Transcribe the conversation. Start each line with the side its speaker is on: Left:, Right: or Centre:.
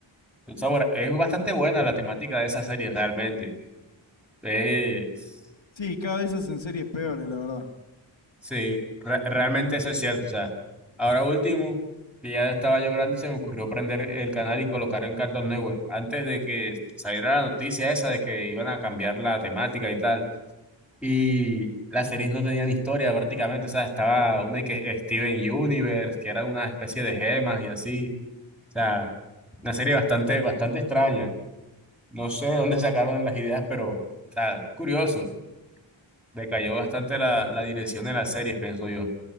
Centre: Un samurái- es bastante buena la temática de esa serie, realmente. es
Left: Sí, cada vez hacen series peores, la verdad.
Centre: sí, re- realmente eso es cierto. O sea, ahora último, que ya estaba yo grande, se me ocurrió prender el canal y colocar en Cartoon Network. Antes de que saliera la noticia esa de que iban a cambiar la temática y tal. Y las series no tenían historia prácticamente, o sea, estaba una que Steven Universe, que era una especie de gemas y así, o sea, una serie bastante, bastante extraña. No sé de dónde sacaron las ideas, pero, o sea, curioso, decayó bastante la, la dirección de las series, pienso yo.